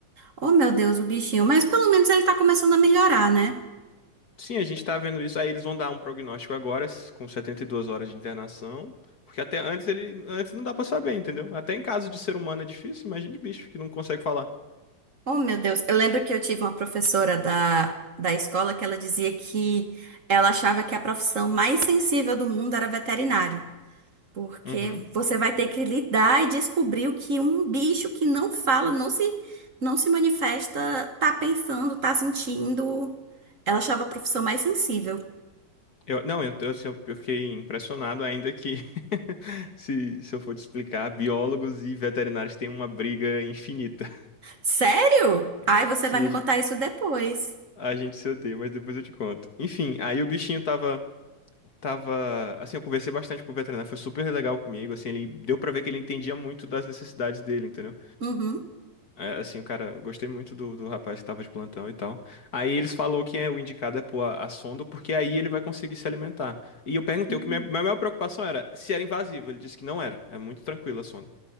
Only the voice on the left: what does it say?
Sim, a gente tá vendo isso. Aí eles vão dar um prognóstico agora, s- com 72 horas de internação, porque até antes ele antes não dá pra saber, entendeu? Até em caso de ser humano é difícil, imagina de bicho que não consegue falar.
Uhum.
Eu, não, eu, tô- assim, eu, eu fiquei impressionado ainda que, <laughs> se, se eu for te explicar, biólogos e veterinários têm uma briga infinita.
<laughs>
Sim,
a gente,
a gente se odeia, mas depois eu te conto. Enfim, aí o bichinho tava, tava, assim, eu conversei bastante com o veterinário, foi super legal comigo, assim, ele deu pra ver que ele entendia muito das necessidades dele, entendeu?
É, assim, o cara, eu gostei muito do, do rapaz que tava de plantão e tal. Aí eles falou que é o indicado é pôr a, a sonda, porque aí ele vai conseguir se alimentar. E eu perguntei,
o que minha, minha maior preocupação era se era invasivo. Ele disse que não era. É muito tranquila a sonda.